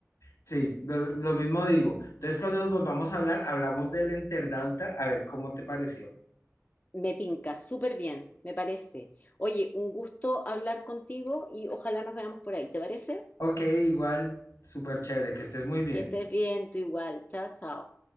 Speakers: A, on the left; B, on the left.
A: sí, lo, lo mismo digo. Entonces cuando nos volvamos a hablar, hablamos del Enterdauta, a ver cómo te pareció.
B: Me tinca, súper bien, me parece. Oye, un gusto hablar contigo y ojalá nos veamos por ahí, ¿te parece?
A: Ok, igual, súper chévere, que estés muy bien.
B: Que estés bien, tú igual. Chao, chao.